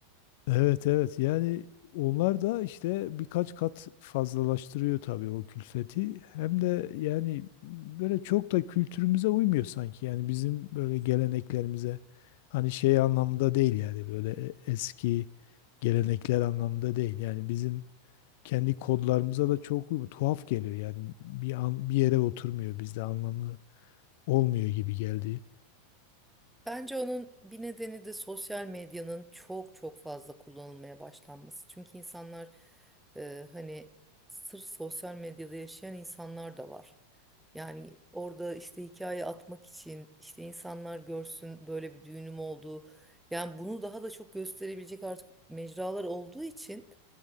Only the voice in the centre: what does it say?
Bence onun bir nedeni de sosyal medyanın çok çok fazla kullanılmaya başlanması. Çünkü insanlar e, hani sırf sosyal medyada yaşayan insanlar da var. Yani orada işte hikaye atmak için işte insanlar görsün böyle bir düğünüm olduğu. Yani bunu daha da çok gösterebilecek artık mecralar olduğu için.